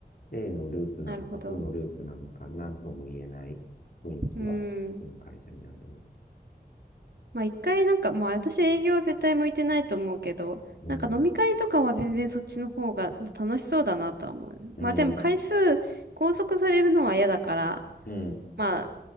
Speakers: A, on the left; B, on the right.
A: 正のループなのか、
B: なるほど。
A: 負のループなのか、なんとも言えない雰囲気は、
B: うん。
A: この会社にあるね。
B: まあ一回なんか、まあ私営業は絶対向いてないと思うけど、
A: うん、
B: なんか飲み会とかは全然そっちの方が楽しそうだなとは思う。
A: うん、
B: まあでも回数拘束されるのは嫌だから、
A: うん。
B: まあ